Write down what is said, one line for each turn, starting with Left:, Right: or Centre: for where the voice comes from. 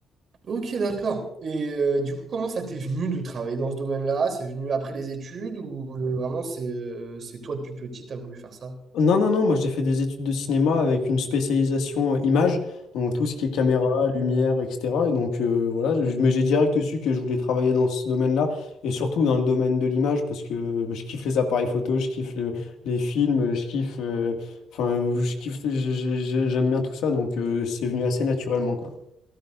Right: Ok, d'accord. Et euh, du coup, comment ça t'est venu de travailler dans ce domaine-là? C'est venu après les études ou euh, vraiment c'est euh, c'est toi depuis petit, t'as voulu faire ça?
Left: Non, non, non, moi j'ai fait des études de cinéma avec une spécialisation euh, image, donc tout ce qui est caméra, lumière, etc. Et donc euh, voilà, je- mais j'ai direct su que je voulais travailler dans ce domaine-là, et surtout dans le domaine de l'image, parce que euh, je kiffe les appareils photo, je kiffe le- les films, je kiffe, euh, enfin, je kiffe, j'ai- j'ai- j'ai- j'aime bien tout ça, donc euh, c'est venu assez naturellement, quoi.